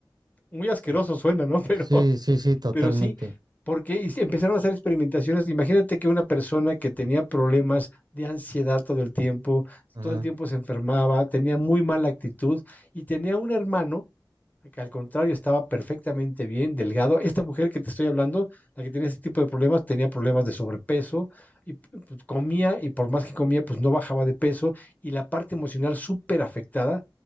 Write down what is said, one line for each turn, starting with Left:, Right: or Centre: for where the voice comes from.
Left: Muy asqueroso
Right: Sí,
Left: suena, ¿no? <laughs> Pero,
Right: sí, sí, sí, totalmente.
Left: pero sí, porque sí, empezaron a hacer experimentaciones. Imagínate que una persona que tenía problemas de ansiedad todo el tiempo,
Right: Ajá.
Left: todo el tiempo se enfermaba, tenía muy mala actitud y tenía un hermano que al contrario estaba perfectamente bien, delgado. Esta mujer que te estoy hablando, la que tenía este tipo de problemas, tenía problemas de sobrepeso y pues, comía y por más que comía, pues no bajaba de peso y la parte emocional súper afectada.